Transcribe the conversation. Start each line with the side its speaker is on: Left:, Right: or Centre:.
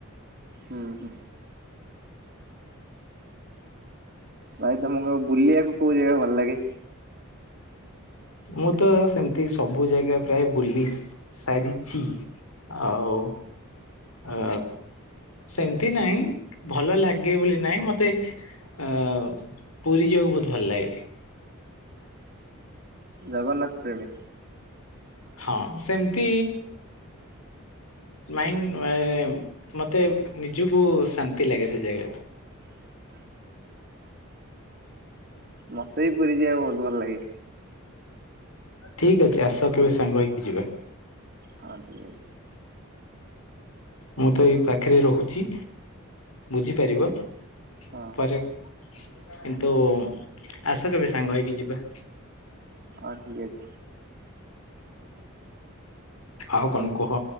Right: ହୁଁ ହୁଁ। ଭାଇ ତମକୁ ବୁଲିବାକୁ କୋଉ ଜାଗା ଭଲ ଲାଗେ?
Left: ମୁଁ ତ ସେମିତି ସବୁ ଜାଗା ପ୍ରାୟ ବୁଲି ସା ସାରିଚି। ଆଉ। ଅ ସେମତି ନାଇଁ ଭଲ ଲାଗେ ବୋଲି ନାଇଁ ମତେ ଅ ପୁରୀ ଯିବାକୁ ବହୁତ ଭଲ ଲାଗେ।
Right: ଜଗନ୍ନାଥ ପ୍ରେମୀ।
Left: ହଁ ସେମିତି। ମାଇ ଅଁ ମତେ ନିଜକୁ ଶାନ୍ତି ଲାଗେ ସେ ଜାଗାରେ।
Right: <inaudible> ମୋତେ ବି ପୁରି ଯିବାକୁ ବହୁତ ଭଲ ଲାଗେ।
Left: ଠିକ ଅଛି ଆସ କେବେ ସାଙ୍ଗ ହେଇକି ଯିବା।
Right: ହଁ ଠିକ ଅଛି।
Left: ମୁଁ ତ ଏଇ ପାଖରେ ରହୁଛି ବୁଝିପାରିବ।
Right: ହଁ।
Left: ପରେ କିନ୍ତୁ ଆସ କେବେ? ସାଙ୍ଗ ହେଇକି ଯିବା।
Right: ହଁ ଠିକ ଅଛି
Left: ଆଉ କଣ କୁହ?